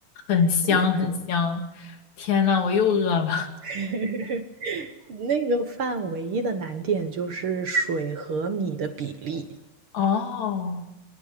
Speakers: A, on the left; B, on the right.
A: 很香，
B: 对对。
A: 很香。天呐，我又饿了。
B: <laughs> 那个饭唯一的难点就是水和米的比例，
A: 哦，